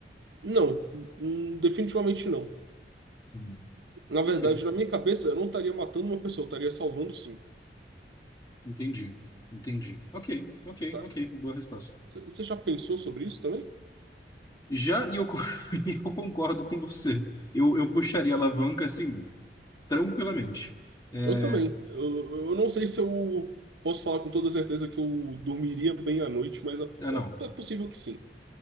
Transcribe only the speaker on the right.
Não, hum, definitivamente não.
Na verdade,
na minha cabeça, eu não estaria matando uma pessoa, eu estaria salvando cinco,
saca?
Você já pensou sobre isso também?
Eu também. Eu, eu não sei se eu posso falar com toda certeza que eu dormiria bem à noite, mas é
é- é possível que sim.